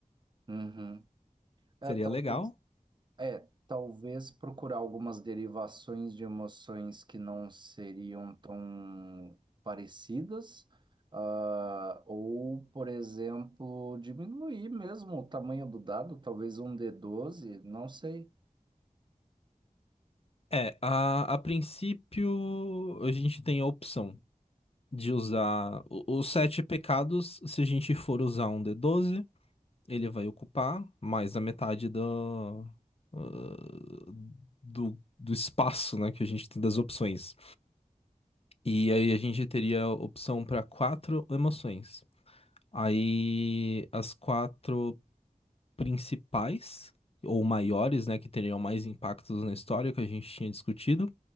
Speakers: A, on the right; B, on the left.
A: uhum. É,
B: Seria
A: talvez.
B: legal.
A: É, talvez procurar algumas derivações de emoções que não seriam tão parecidas, ah, ou, por exemplo, diminuir mesmo o tamanho do dado, talvez um d doze, não sei.
B: É, a, a princípio a gente tem a opção de usar o- os sete pecados se a gente for usar um d doze. ele vai ocupar mais a metade do, ah, do, do espaço, né, que a gente tem das opções. E aí a gente teria opção para quatro emoções. Aí as quatro principais, ou maiores, né, que teriam mais impactos na história que a gente tinha discutido,